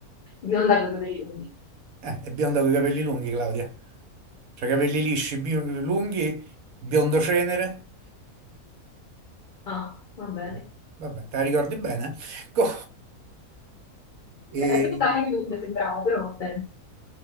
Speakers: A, on the left (about 80°); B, on the right (about 70°).
A: bionda con i capelli lunghi.
B: Eh, è bionda coi capelli lunghi, Claudia. Cioè, capelli lisci, bi- lunghi, biondo cenere.
A: Ah, va bene.
B: Mm, Vabbè, te la ricordi bene? <laughs> Co- e-
A: La bionda anche più mi sembrava, però va bene.